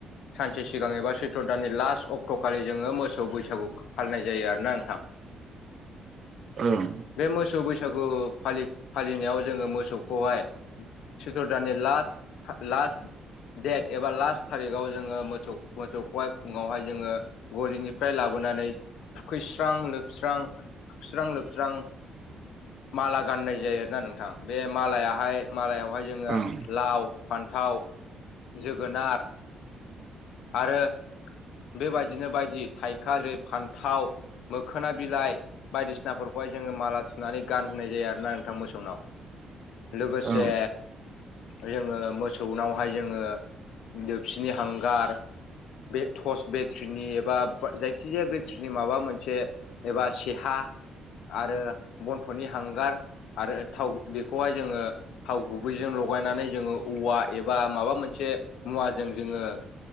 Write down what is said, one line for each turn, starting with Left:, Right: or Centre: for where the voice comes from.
Left: सानसे सिगां एबा सैत्र' दाननि लास्ट अक्ट'खालि जोङो मोसौ बैसागु खौ फालिनाय जायो आरोना नोंथां।
Right: ओं।
Left: बे मोसौ बैसागु फालि-फालिनायाव जोङो मोसौखौहाय सैथ्र दाननि लास्ट लास्ट डेट एबा लास्ट थारिखाव जोङो मोसौ मोसौखौहाय फुङावहाय जोङो गलिनिफ्राय लाबोनानै थुखैस्रां लोबस्रां, थुखैस्रां लोब स्रां माला गाननाय जायो आरोना नोंथां। बे मालायाहाय मालायावहाय जोङो
Right: ओं
Left: लाव, फान्थाव, जोगोनार आरो बेबायदिनो बायदि थाइखा जेरै फान्थाव मोखोना बिलाइ बायदिसिना नाफोरखौहाय जोङो माला थुनानै गान होनाय जायो आरोना नोंथां मोसौनाव। लोगोसे
Right: ओं
Left: जोङो मोसौनावहाय जोङो दोबसिनि हांगार बे टर्स बेट्रिनि एबा जायखिजाया बेट्रिनि माबा मोनसे एबा सेहा आरो बन्थ'नि हांगार आरो थाव बेखौहाय जोङो थाव गुबैजों लगायनानै जोङो औवा एबा माबा मोनसे मुवाजों जोङो